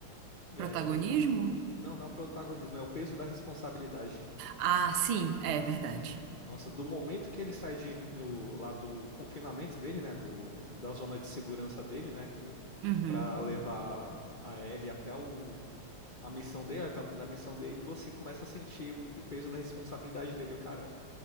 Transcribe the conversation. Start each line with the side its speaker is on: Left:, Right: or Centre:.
Left: É,
Right: Protagonismo?
Left: Não, não é o protagonismo, é o peso da responsabilidade.
Right: Ah, sim, é verdade.
Left: Nossa, do momento que ele sai de, o- lá do confinamento dele, né? Do, da zona de segurança dele, né? Que o,
Right: Uhum.
Left: pra levar a Ellie até o, a missão dele, até o fim da missão dele, você começa a sentir o, o peso da responsabilidade dele. Cara,